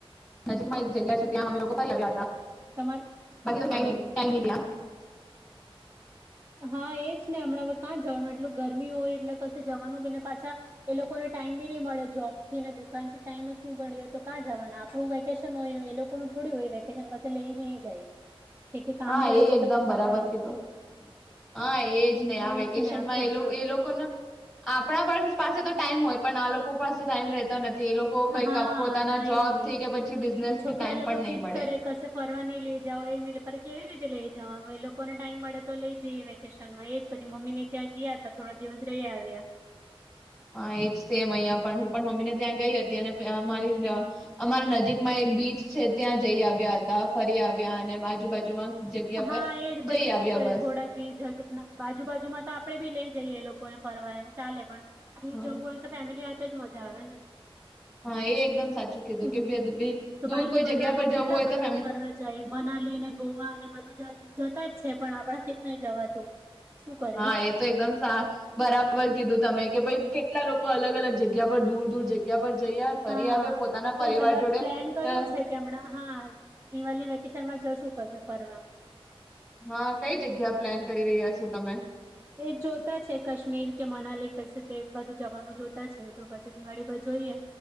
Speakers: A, in the centre; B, on the right (about 20°).
A: નજીકમાં એક જગ્યા છે ત્યાં અમે લોકો ફરી આવ્યા હતા
B: તમારે
A: બાકી તો કયાય
B: હા
A: ક્યાય ની ગયા.
B: હા એ જ ને હમણાં કાં જવાનું એટલું ગરમી હોય એટલે કશે જવાનું બી ને પાછા એ લોકોને ટાઈમ બી નહી મળે જોબ થી ને દુકાન થી ટાઈમ જ નહી મળી રે તો કાં જવાના આપણું વેકેશન હોય એ લોકોનું થોડું હોય વેકેશન કશે લેઈ બી ની જાય. કે કે કામ
A: હા
B: કરીએ
A: એ
B: કે
A: એકદમ
B: તમને ફરવા
A: બરાબર
B: લેય
A: કીધું
B: જાય.
A: હા એજ ને આ વેકેશનમાં
B: એજ ને આખો
A: એ
B: દિવસ
A: એ લોકોના આપણા પાસે તો ટાઈમ હોય પણ આ લોકો પાસે ટાઈમ રહેતો નથી. એ લોકો કંઈક
B: હા
A: આપ- પોતાના
B: નહી
A: જોબથી
B: હોય
A: કે પછી બિઝનેસથી
B: ને છોકરા
A: ટાઈમ
B: લોકો
A: પણ નહીં
B: જીદ
A: મળે
B: કરે કશે ફરવા નઈ લઈ જાવ એ નહીં પર કેવી રીતે લેઈ જવાનું એ લોકોને ટાઈમ મળે તો લઈ જઈએ વેકેશનમાં એ જ પછી મમ્મી ને ત્યાં ગીયા તા થોડા દિવસ રહી આવ્યા.
A: હા એજ સેમ અહિયા પણ હું પણ મમ્મીને ત્યાં ગઈ હતી અને પ અમારી અ અમારા નજીક માં એક બીચ છે ત્યાં જઈ આવ્યા હતા ફરી આવ્યા અને આજુબાજુમાં જગ્યા
B: હા
A: પર
B: એજ પછી
A: જઈ આવ્યા
B: શું કરે
A: બસ
B: થોડાક બી જગ બાજુબાજુમાં તો આપડે ભી લઈ જઈએ એ લોક કોને ફરવા એમ ચાલે પણ દૂર
A: હા
B: જવું હોય તો ફેમિલી હાથે જ મ જાવેને.
A: હા એ એકદમ સાચું કીધું કે
B: હમ
A: બે
B: તો
A: દૂર
B: બાકી
A: કોઈ
B: બધા
A: જગ્યા પર જવું
B: કેટલા
A: હોય તો
B: જગા
A: ફેમ
B: ફરવા જાય મનાલી ને ગોવા અને બ બધા જતા જ છે પણ આપણા થી જ નહીં જવાતું. શું કરીએ
A: હા એ તો એકદમ સા બરાબર કીધું તમે કે ભઈ કેટલા લોકો અલગ અલગ જગ્યા પર દૂર દૂર જગ્યા પર જયા ફરી
B: હા
A: આવ્યા પોતાના પરિવાર
B: એજ હમણાં
A: જોડે
B: પ્લેન કર્યું
A: અ
B: છે કે હમણાં આ દિવાળી વેકેશન માં જશું કશે. ફરવા.
A: હા, કઈ જગ્યા પ્લાન કરી રહ્યા છો તમે?
B: એ જોતા છે કાશ્મીર કે મનાલી કશે તે બાજુ જવાનું જોતા છે તો પછી દિવાળી બા જોઈએ